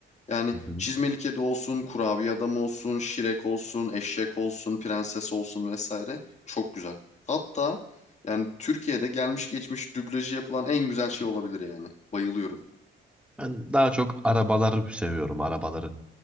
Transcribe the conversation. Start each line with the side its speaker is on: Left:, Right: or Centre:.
Left: yani
Centre: Hı hı.
Left: Çizmeli Kedi olsun, Kurabiye Adam olsun, Şirek olsun, Eşek olsun, Prenses olsun vesaire çok güzel. Hatta yani Türkiye'de gelmiş geçmiş dublajı yapılan en güzel şey olabilir yani. Bayılıyorum.
Centre: Ben daha çok arabaları seviyorum arabaları.